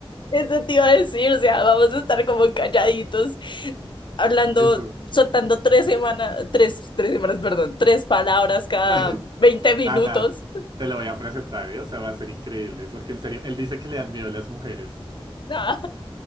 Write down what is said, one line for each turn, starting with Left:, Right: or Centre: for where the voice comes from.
Left: eso te iba a decir, o sea, vamos a estar como calladitos, hablando,
Right: <laughs> Eso.
Left: soltando tres semanas, tres, tres semanas, perdón, tres palabras cada
Right: <laughs>
Left: 20 minutos.
Right: Nada, nada,
Left: <laughs>
Right: te lo voy a presentar, ¿eh? O sea, va a ser increíble, porque en serio, él dice que le dan miedo las mujeres.
Left: Ah,